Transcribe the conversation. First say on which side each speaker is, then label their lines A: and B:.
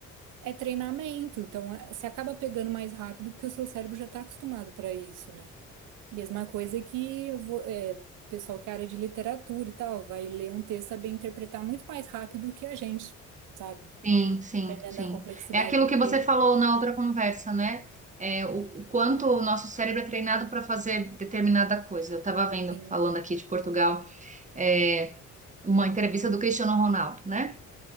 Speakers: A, on the right; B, on the right.
A: é treinamento, então é- você acaba pegando mais rápido porque o seu cérebro já está acostumado para isso, né? Mesma coisa que eu vou- é, pessoal que é área de literatura e tal, vai ler um texto, saber interpretar muito mais rápido do que a gente, sabe?
B: sim, sim,
A: Dependendo
B: sim.
A: da complexidade
B: É aquilo
A: do
B: que
A: texto,
B: você falou na outra conversa, né? É, o, o quanto o nosso cérebro é treinado para fazer determinada coisa. Eu estava vendo,
A: assim.
B: falando aqui de Portugal, é, uma entrevista do Cristiano Ronaldo, né?